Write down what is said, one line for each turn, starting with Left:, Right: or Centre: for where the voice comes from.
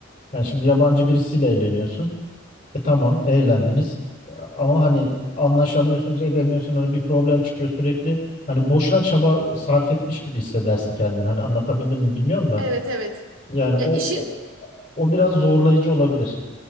Left: Yani şimdi yabancı birisiyle evleniyorsun. E tamam evlendiniz. E, Ama hani anlaşamıyorsunuz, edemiyorsunuz. Hani bir problem çıkıyor sürekli. Hani boşuna çaba sarf etmiş gibi hissedersin kendini. Hani anlatabildim mi bilmiyorum da.
Right: Evet evet.
Left: Yani
Right: Ya
Left: o
Right: işin
Left: o, o biraz zorlayıcı olabilir.